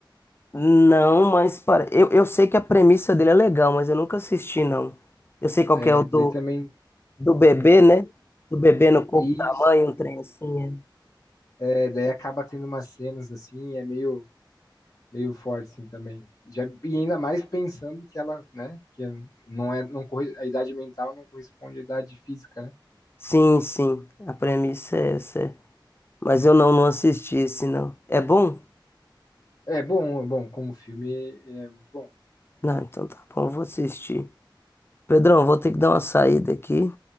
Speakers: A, on the left (about 30°); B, on the left (about 45°).
A: Não, mas para. Eu, eu sei que a premissa dele é legal, mas eu nunca assisti, não. Eu sei qual
B: É,
A: que é o do,
B: daí também
A: do bebê, né? Do bebê no corpo
B: Isso,
A: da mãe, um trem assim. é.
B: é, daí acaba tendo umas cenas assim, é meio, meio forte assim também. Já, e ainda mais pensando que ela, né, que não é, não corre, a idade mental não corresponde à idade física, né?
A: Sim, sim. A premissa é essa. é. Mas eu não, não assisti esse, não. É bom?
B: É bom, é bom, como filme, é é muito bom.
A: Não, então tá bom, eu vou assistir. Pedrão, vou ter que dar uma saída aqui.